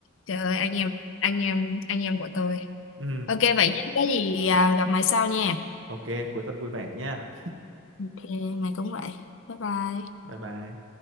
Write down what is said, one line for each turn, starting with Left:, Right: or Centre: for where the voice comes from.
Left: Trời ơi, anh em, anh em, anh em của tôi.
Right: ừ
Left: Ok vậy nhé, có gì à, gặp mày sau nha.
Right: Ok, cuối tuần vui vẻ nha.
Left: Ok, mày cũng vậy. Bye bye.
Right: Bye bye.